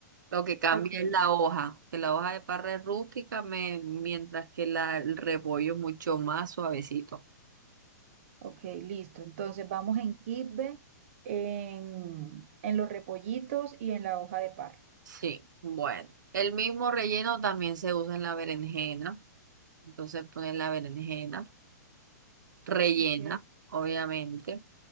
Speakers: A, on the right; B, on the right.
A: Lo que cambia
B: Ok,
A: es la hoja, que la hoja de parra es rústica, me- mientras que la, el repollo es mucho más suavecito.
B: ok, listo. Entonces vamos en Kitbe, en, en los repollitos y en la hoja de parra.
A: Sí, bueno. El mismo relleno también se usa en la berenjena. Entonces pones la berenjena, rellena,
B: Ok.
A: obviamente.